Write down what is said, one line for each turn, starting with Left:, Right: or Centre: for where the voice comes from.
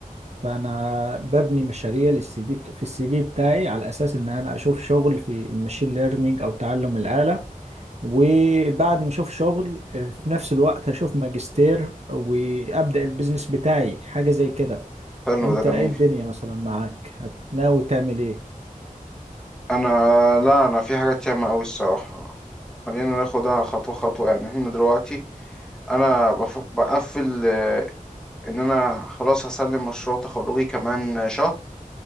Right: فأنا ببني مشاريع للسي في في السي في بتاعي على أساس إن أنا أشوف شغل في المشين ليرنينج أو تعلم الآلة وبعد ما أشوف شغل آه، في نفس الوقت أشوف ماجستير وأبدأ البيزنس بتاعي حاجة زي كده
Centre: حلو
Right: أنت
Centre: ده
Right: إيه
Centre: جميل
Right: الدنيا مثلا معاك؟ هت- ناوي تعمل إيه؟
Centre: انا لا انا في حاجات ياما قوي الصراحة خلينا ناخدها خطوة خطوة يعني احنا دلوقتي انا بف... بقفل آه، ان انا خلاص هسلم مشروع تخرجي كمان شهر